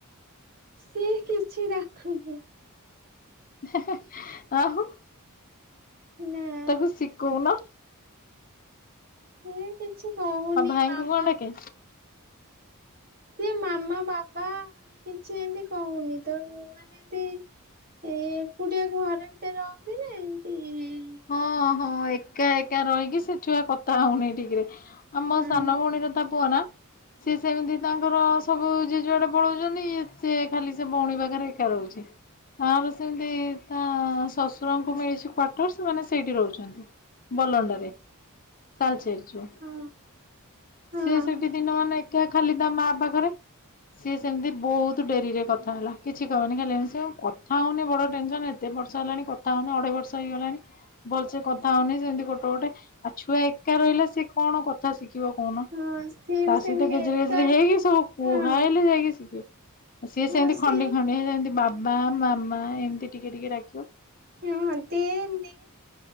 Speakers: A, on the right; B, on the left.
A: ସିଏ କିଛି ରାଖୁନି।
B: ହେଁ ହେଁ ଆହୁ।
A: ନାଁ।
B: ତାକୁ ଶିକଉ ନ।
A: ସିଏ କିଛି କହୁନି
B: ଆଉ ଭାଇଙ୍କୁ
A: ମାମା-
B: କଣ
A: -
B: ଡାକେ?
A: ସିଏ ମାମା ବାବା କିଛି ଏମିତି କହୁନି ତ ମାନେ ଏତି ଏଇ ଏକୁଟିଆ ଘରେ ଭିତରେ ରହୁଚି ଏମତି- -
B: ହଁ ହଁ ଏକା। ଏକା ରହିକି ସେ ଛୁଆ କଥା ହଉନି ଟିକରେ ଆମ
A: ହଁ
B: ସାନ ଭଉଣୀର ତା ପୁଅ ନା- - ସି ସେମିତି ତାଙ୍କର ସବୁ ଜେଜୁଆଡେ ପଳଉଚନ୍ତି। ସେ ଖାଲି ସେ ଭଉଣୀ ପାଖରେ ଏକା ରହୁଚି। ତାର ସେମିତି ତା ଶଶୁରଙ୍କୁ ମିଳିଛି କ୍ଵାର୍ଟର ସେମାନେ ସେଇଠି ରହୁଚନ୍ତି। ବଲଣ୍ଡରେ ତାଲଚେରଚୁ
A: ହଁ ହଁ
B: ସେ ସେଠି ଦିନ ମାନେ କେ ଖାଲି ତା ମା ପାଖରେ। ସିଏ ସେମିତି ବହୁତ ଡେରିରେ କଥା ହେଲା। କିଛି କହୁନି ଖାଲିି ସେ କଥା ହେଉନି ବଡ଼ ଟେନସନ୍ -- ଏତେର୍ଷ ହେଲାଣି କଥା ହଉନ ଅଢେଇବର୍ଷ। ହେଇଗଲାଣି। ଭଲସେ କଥା ହଉନି ସେମିତି ଗୋଟେ ଗୋଟେ ଆଉ ଛୁଆ ଏକା ରହିଲେ ସେ କଣ କ ଥା ଶିଖିବ କହୁନ।
A: ହଁ ସିଏ ବି
B: ତା
A: ସେମିତି
B: ସହିତ ଗେଜର
A: ଏକା
B: ଗେଜେରେ ହେଇକି ସବୁ କୁହା
A: ହଁ
B: ହେଲେ ଯାଇକି ଶିଖିବ। ସିଏ
A: ହଁ
B: ସେମିତି
A: ସିଏ
B: ଖଣ୍ଡି ଖଣ୍ଡି ସେମିତି ବାବା ମାମା ଏମିତି ଟିକେ ଟିକେ ଡକିବ।
A: ହଁ ଦେ ନେ।